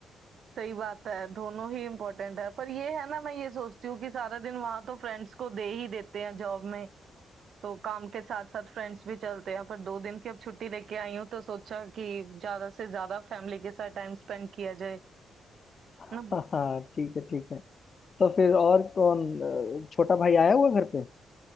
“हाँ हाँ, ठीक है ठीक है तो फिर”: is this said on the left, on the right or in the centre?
Left